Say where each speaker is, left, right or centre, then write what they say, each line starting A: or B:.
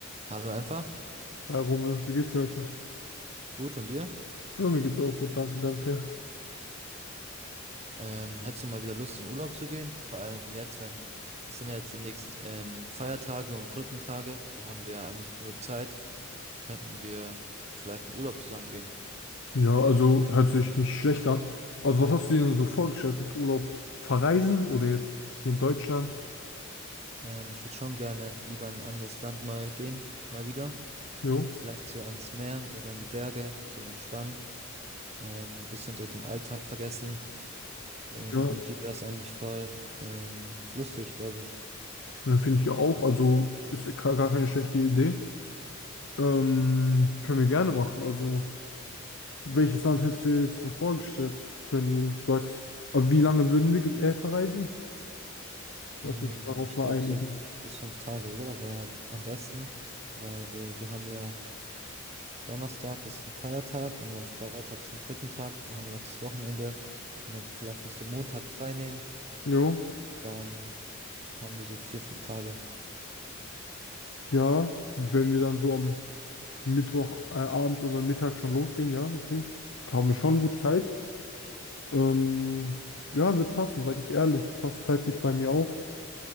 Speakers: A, on the right (about 30°); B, on the left (about 65°).
A: Hallo einfach.
B: Hi Romeo, wie geht's dir heute?
A: Gut, und dir?
B: Ja, mir geht's auch gut, danke, danke.
A: Ähm, hättest du mal wieder Lust, in Urlaub zu gehen? Vor allem jetzt, wenn es sind ja jetzt demnächst ähm, Feiertage und Brückentage. Da haben wir ja eigentlich genug Zeit. Könnten wir vielleicht in Urlaub zusammen gehen?
B: Ja, also hört sich nicht schlecht an. Also was hast du dir denn so vorgestellt mit Urlaub? Verreisen oder jetzt hier in Deutschland?
A: Ähm, ich würde schon gerne lieber in ein anderes Land mal gehen, mal wieder.
B: Jo.
A: Vielleicht so ans Meer oder in die Berge zum Entspannen. Ähm, ein bisschen so den Alltag vergessen. Und
B: Ja,
A: mit dir wäre es eigentlich voll ähm, lustig, glaube ich.
B: ja, finde ich ja auch. Also ist gar gar keine schlechte Idee. Ähm, können wir gerne machen. Also welches Land hättest du dir jetzt so vorgestellt, wenn du sagst, aber wie lange würden wir ge- äh, verreisen? Lass
A: Hm,
B: uns darauf
A: ich
B: mal
A: glaube
B: einigen.
A: so vier bis fünf Tage, oder? Wäre am besten, weil wir haben ja Donnerstag ist ein Feiertag und am Freitag ist ein Brückentag, dann haben wir noch das Wochenende und dann vielleicht noch so Montag frei nehmen,
B: Jo.
A: dann haben wir so vier, fünf Tage.
B: Ja, wenn wir dann so am Mittwoch äh, abends oder Mittag schon losgehen, ja, okay. Haben wir schon gut Zeit. Ähm, ja, wird passen, sag ich ehrlich. Passt zeitlich bei mir auch.